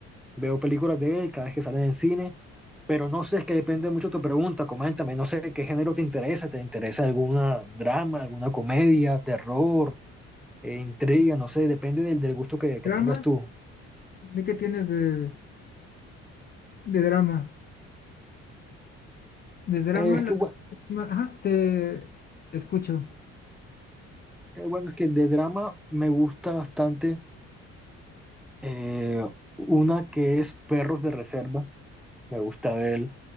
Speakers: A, in the centre; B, on the left.
A: Veo películas de él cada vez que salen en cine, pero no sé, es que depende mucho de tu pregunta. Coméntame, no sé qué género te interesa. ¿Te interesa alguna drama, alguna comedia, terror, eh, intriga? No sé, depende del, del gusto que, que
B: drama.
A: tengas tú.
B: ¿De qué tienes de, de drama? De drama,
A: Eh, es
B: la
A: que, bueno,
B: última. Ajá, te escucho.
A: eh, bueno, es que de drama me gusta bastante eh, una que es Perros de Reserva. Me gusta de él.